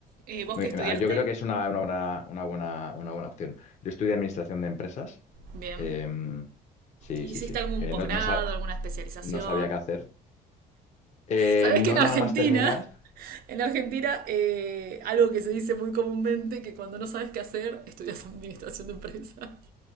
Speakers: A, on the right; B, on the left.
A: Eh, ¿vos
B: Muy-
A: qué estudiaste?
B: ah, Yo creo que es una, una buena, una buena, una buena opción. Yo estudié administración de empresas.
A: Bien.
B: em, sí,
A: ¿Hiciste
B: sí, sí.
A: algún
B: Eh,
A: posgrado,
B: no, no sa-
A: alguna especialización?
B: no sabía qué hacer. Eh,
A: Sabes
B: no
A: que en
B: nada
A: Argentina,
B: más terminar,
A: <laughs> en Argentina, eh, algo que se dice muy comúnmente, que cuando no sabes qué hacer, estudias administración de empresas.